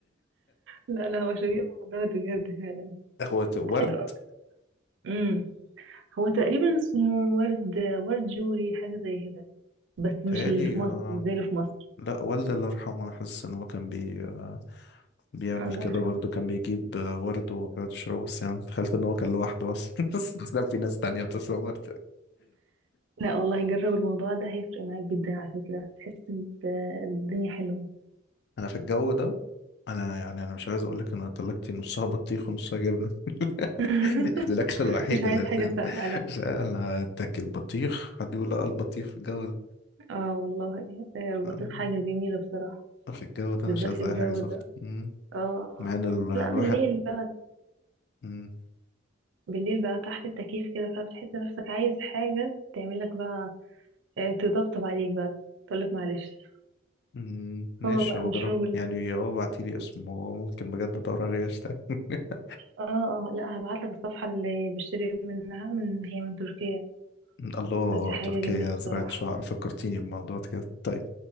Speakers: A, on the right; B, on the left.
A: لا لا هو شبيه المخدرات بجد فعلا
B: هو ورد
A: حلو قوي امم هو تقريبا اسمه ورد ورد جوري حاجه زي كده بس
B: تهيألي
A: مش اللي في مصر
B: آه
A: مش زي اللي في مصر
B: لا والدي الله يرحمه أنا حاسس إن هو كان بي آه بيعمل
A: <laughs> الله
B: كده
A: يرحمه
B: برضه كان بيجيب آه ورد وبيقعد يشربه بس يعني تخيلت إن هو كان لوحده بس <laughs> بس لا في ناس تانية بتشرب ورد
A: لا والله جرب الموضوع ده هيفرق معاك جدا على فكرة تحس بالدنيا حلوة
B: أنا في الجو ده أنا يعني أنا مش عايز أقول لك إن انا طلقتي نصها بطيخ ونصها جبنة
A: <laughs>
B: <laughs> دي الأكلة الوحيدة
A: مش عايز
B: اللي
A: حاجة
B: بت-
A: ساقعة لا
B: مش عارف، أنا أتاكل بطيخ حد يقول لا البطيخ في الجو
A: اه والله آه، البطيخ
B: ده
A: حاجة جميلة بصراحة
B: في الجو ده
A: بالذات
B: مش عايز
A: في
B: اي
A: الجو
B: حاجه سخنه
A: ده
B: مم.
A: اه آه،
B: مع ان
A: آه.
B: ال- الواحد
A: لا بالليل بقى
B: مم.
A: بالليل بقى تحت التكييف كده فبتحس نفسك عايز حاجة تعمل لك بقى آه، تطبطب عليك بقى تقول لك معلش
B: مم. ماشي
A: هو بقى
B: هو
A: المشروب
B: جرب
A: اللي
B: يعني هو بعتيلي اسمه ممكن بجد ادور عليه اشتغل <laughs>
A: اه اه لا هبعت لك الصفحة اللي بشتري منها من هي من تركيا
B: الله
A: بس حاجة
B: تركيا
A: جميلة بصراحة
B: زراعة شعر فكرتيني بموضوع كده طيب